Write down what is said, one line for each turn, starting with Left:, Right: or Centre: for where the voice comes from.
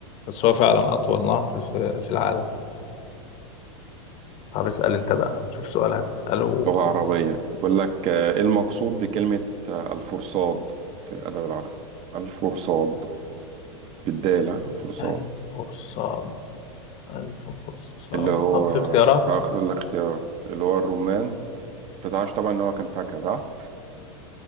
Left: بس هو فعلا أطول نهر في, في العالم طب اسأل أنت بقى شوف سؤال هتسأله
Right: لغة عربية بقول لك آه، إيه المقصود بكلمة آه، الفرصاد في الأدب العربي الفرصاد بالدالة الفرصاد
Left: الفرصاد الفرصاد
Right: اللي هو
Left: طب في اختيارات؟
Right: هاخد الاختيارات اللي هو الرمان انت تعرفش طبعا ان هو كان فاكهة صح؟